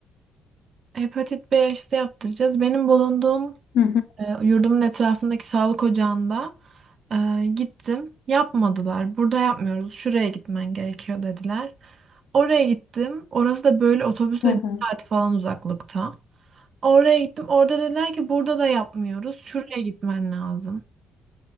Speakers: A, on the right; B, on the left.
A: Hepatit B aşısı yaptıracağız. Benim bulunduğum
B: hı hı,
A: e, yurdumun etrafındaki sağlık ocağında e, gittim. Yapmadılar. Burada yapmıyoruz. Şuraya gitmen gerekiyor dediler. Oraya gittim. Orası da böyle otobüsle
B: hı hı,
A: bir saat falan uzaklıkta. Oraya gittim. Orada dediler ki burada da yapmıyoruz. Şuraya gitmen lazım.